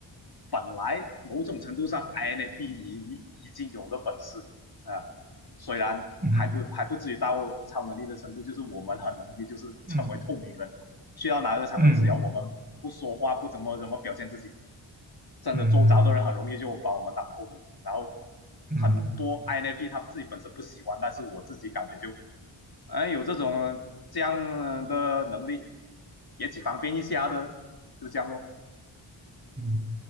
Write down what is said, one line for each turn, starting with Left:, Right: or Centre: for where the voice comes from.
Left: 本来某种程度上 INFP 已已经有的本事啊、呃虽然还不还不至于到超能力的程度，
Right: 嗯哼
Left: 就是我们很容易就是成为透明人，
Right: 嗯
Left: 去到哪个场合，
Right: 嗯
Left: 只要我们不说话，不怎么怎么表现自己，真的周遭的人很容易就把我们当透明。
Right: 嗯
Left: 然后
Right: 嗯
Left: 很多 INFP 他自己本身不喜欢，但是我自己感觉就，哎、呃有这种这样的能力也挺方便一下的，就这样咯。
Right: 嗯，